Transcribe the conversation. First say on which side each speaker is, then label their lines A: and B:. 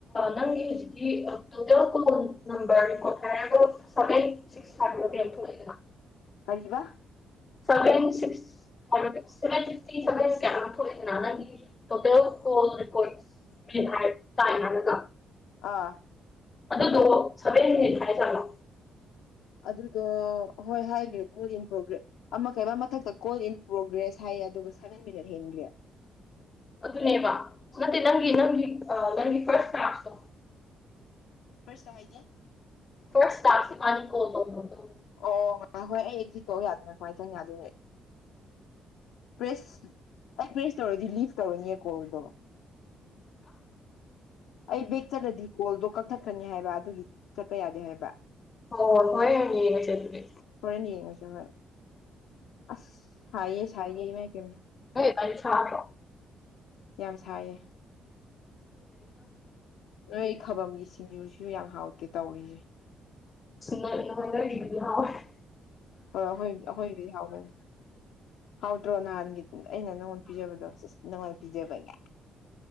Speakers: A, on the left (about 30°); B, on the left (about 85°).
A: ꯅꯪꯒꯤ ꯍꯧꯖꯤꯛꯀꯤ ꯇꯣꯇꯦꯜ ꯀꯣꯜ ꯅꯝꯕꯔ ꯔꯤꯀꯣꯔꯗ ꯈꯔꯒ ꯁꯚꯦꯟ ꯁꯤꯛꯁ ꯍꯥꯏꯕ꯭ꯔꯥ ꯀꯩꯅꯣꯝ ꯊꯣꯛꯏꯗꯅ
B: ꯀꯔꯤꯕ
A: ꯐꯚꯦꯟ ꯁꯤꯛꯁ ꯁꯀ ꯊꯣꯛꯅꯥ ꯅꯄꯣ ꯃꯤ ꯍꯥꯏ ꯇꯥꯏ ꯍꯥꯏꯅꯒ
B: ꯑꯥ
A: ꯑꯗꯨꯗꯣ ꯁꯚꯦꯟ ꯃꯤꯅꯤꯠ ꯍꯥꯏ ꯆꯠꯂꯣ
B: ꯑꯗꯨꯗꯣ ꯍꯣꯏ ꯍꯥꯏꯈ꯭ꯔꯦ ꯀꯣ ꯏꯟ ꯄ꯭ꯔꯣꯒ꯭ꯔ ꯑꯃ ꯀꯩꯕ ꯃꯊꯛꯇ ꯀꯣꯜ ꯏꯟ ꯄ꯭ꯔꯣꯒ꯭ꯔꯦꯁ ꯍꯥꯏꯌꯦ ꯑꯗꯨꯒ ꯁꯚꯦꯟ ꯃꯤꯅꯠ ꯍꯦꯟꯒ꯭ꯔꯦ
A: ꯑꯗꯨꯅꯦꯕ ꯅꯠꯇꯦ ꯅꯪꯒꯤ ꯅꯪꯒꯤ ꯑ ꯅꯪꯒꯤ ꯐꯁ ꯇꯥꯛꯁꯇꯣ
B: ꯐꯁꯇ ꯍꯥꯏꯗꯤ
A: ꯐꯁ ꯇꯅꯤ ꯀꯣ ꯇꯣ <unintelligible>
B: ꯑꯣ ꯉꯥ ꯍꯣꯏ ꯑꯩ ꯑꯦꯗꯤꯠꯊꯖꯤ ꯇꯧ ꯌꯥꯗꯅ ꯀꯃꯥꯏꯅ ꯆꯪ ꯌꯥꯗꯣꯏ ꯄ꯭ꯔꯦꯁ ꯑꯩ ꯄ꯭ꯔꯦꯁ ꯇꯧꯔꯗꯤ ꯂꯤꯐ ꯇꯧꯔꯅꯤꯌꯦ ꯀꯣꯜꯗꯣ ꯑꯩ ꯕꯦꯛ ꯆꯠꯂꯗꯤ ꯀꯣꯜꯗꯣ ꯀꯛꯊꯠꯈ꯭ꯔꯅꯤ ꯍꯥꯏꯕ ꯑꯗꯨꯒꯤ ꯆꯠꯄ ꯌꯥꯗꯦ ꯍꯥꯏꯕ
A: ꯑꯣ ꯍꯣꯏꯔꯦꯟ ꯀꯁꯦ ꯑꯗꯨꯗꯤ
B: ꯍꯣꯔꯦꯟ ꯌꯦꯡꯉꯁꯤ ꯍꯣꯏ ꯑꯁ ꯁꯥꯏꯌꯦ ꯁꯥꯏꯌꯦ ꯏꯃꯥꯏ ꯄꯦꯝ
A: ꯅꯣꯏ ꯑꯗꯨꯋꯥꯏꯗꯤ ꯁꯗꯔꯣ
B: ꯌꯥꯝ ꯁꯥꯏꯌꯦ ꯅꯣꯏ ꯈꯕꯝꯒꯤ ꯁꯤꯡꯖꯨꯁꯨ ꯌꯥꯝ ꯍꯥꯎꯇꯦ ꯇꯧꯔꯤꯁꯦ
A: ꯅꯗꯤꯥꯎꯋꯥ <unintelligible>
B: ꯍꯣꯏ ꯑꯩꯈꯣꯏ ꯑꯩꯈꯣꯏꯕꯨꯗꯤ ꯍꯥꯎꯒꯅꯤ ꯍꯥꯎꯗ꯭ꯔꯣ ꯅꯍꯥꯟꯒꯤ ꯑꯩꯅ ꯅꯪꯉꯣꯟꯗ ꯄꯤꯖꯕꯗꯣ ꯆ ꯅꯉꯣꯟꯗ ꯄꯤꯖꯕꯒꯥ